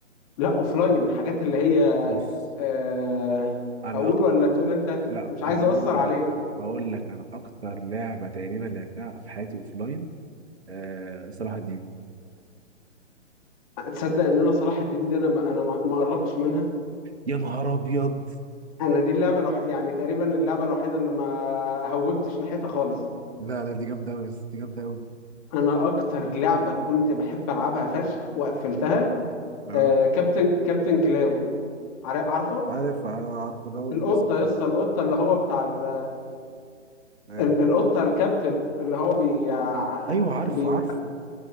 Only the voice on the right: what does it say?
بص
انا
اكتر
لا
هقول
لك هقول لك انا اكتر لعبه تقريبا لعبتها في حياتي اوفلاين آه صلاح الدين
يا نهار ابيض
لا لا دي جامدة أوي يا اسطى، دي جامدة أوي
اه
عارف عارف اللي هو
الاسم ده
<laughs>
ايوه
ايوه عارف
عارف